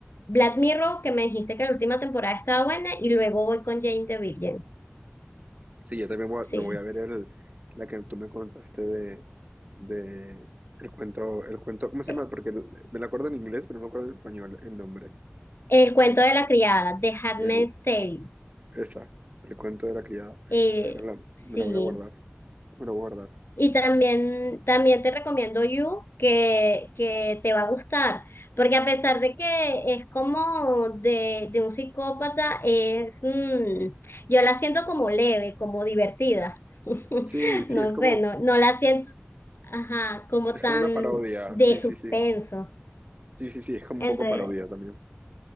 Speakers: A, on the left (about 70°); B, on the right (about 40°).
A: Black Mirror, que me dijiste que la última temporada estaba buena, y luego voy con Jane the Virgin.
B: Sí, yo también voy
A: Sí.
B: a- me voy a ver el, la que tú me contaste de, de el cuento, el cuento, ¿cómo se
A: Eh,
B: llama? Porque el- me la acuerdo en inglés, pero no me acuerdo en español el nombre.
A: El cuento de la criada, de Handmaid's
B: El,
A: Tale.
B: esa, el cuento de la criada.
A: Eh,
B: Pues me la,
A: sí.
B: me la voy a guardar. Me la voy a guardar.
A: Y también, también te recomiendo You, que, que te va a gustar, porque a pesar de que es como de, de un psicópata, es, mm, yo la siento como leve, como divertida. <laughs>
B: Sí, sí,
A: No
B: es como,
A: sé, no, no la siento, ajá, como
B: es
A: tan
B: como una parodia.
A: de
B: Sí,
A: suspenso.
B: sí, sí. Sí, sí, sí, es como
A: Entonces,
B: un poco parodia también.